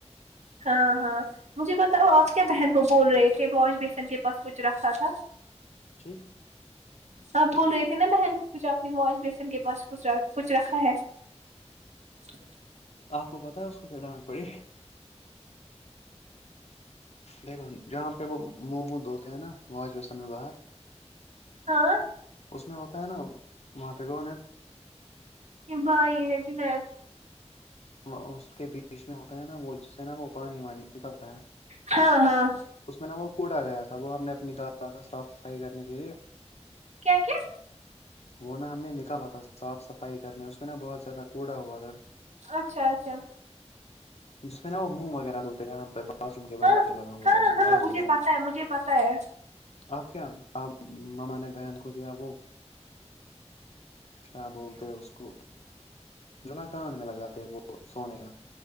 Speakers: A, on the right; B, on the left.
A: ہاں ہاں مجھے بتاؤ اپ کیا بہن کو بول رہے تھے واش بیسن کے پاس کچھ رکھا تھا
B: جی
A: آپ بول رہے تھے نا بہن کچھ اپنے واش بیسن کے پاس کچھ کچھ رکھا ہے <inaudible>
B: اپ کو پتا ہے اس کو کیا ڈانٹ پڑی دیکھو جہاں پہ وہ منہ وع دھوتے ہیں نا واش بیسن میں باہر
A: ہاں
B: اس میں ہوتا ہے نا وہاں پہ کون ہے
A: یہ بھائی ہے جنید
B: وہ اس کے بیچ میں ہوتا ہے نا وہ جسے نا وہ پانی وانی نکلتا ہے
A: ہاں ہاں
B: اس میں نا وہ کوڑ آگیا تھا وہ ہم نے اب نکالا تھا صاف صفائی کرنے کے لیے
A: کیا کیا
B: وہ نا ہم نے نکالا تھا صاف صفائی کرنے اس میں نا بہت زیادہ کوڑا ہوا تھا
A: اچھا اچھا
B: جس میں نا وہ منہ وغیرہ دھوتا یہاں پہ واشروم کے
A: ہاں
B: باہر جو لگا
A: ہاں ہاں
B: واش با
A: مجھے پتا ہے مجھے پتا ہے
B: آپ کیا آپ مما نے بہن کو دیا وہ کیا بولتے ہیں اس کو جونا کان میں لگاتے وہ سونے کا